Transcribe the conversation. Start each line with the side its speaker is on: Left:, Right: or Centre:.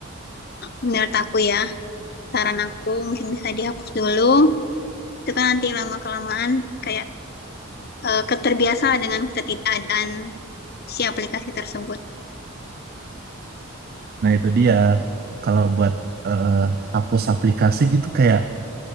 Left: menurut aku ya saran aku mungkin bisa dihapus dulu itu kan nanti lama kelamaan kayak eh, keterbiasa dengan ketidakadaan si aplikasi tersebut
Right: nah itu dia kalau buat eh, hapus aplikasi gitu kayak